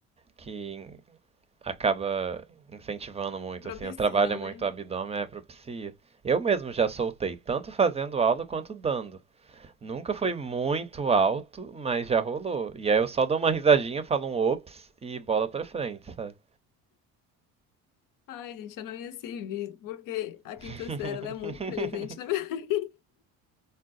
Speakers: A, on the right; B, on the left.
A: que acaba incentivando muito,
B: Propiciam,
A: assim, trabalha muito
B: né?
A: o abdômen, é propicia. Eu mesmo já soltei, tanto fazendo aula quanto dando. Nunca foi muito alto, mas já rolou. E aí eu só dou uma risadinha, falo um ops e bola pra frente, sabe?
B: Ai, gente, eu não ia servir, porque a
A: <laughs>
B: quinta série, ela é muito presente na minha <laughs> vida.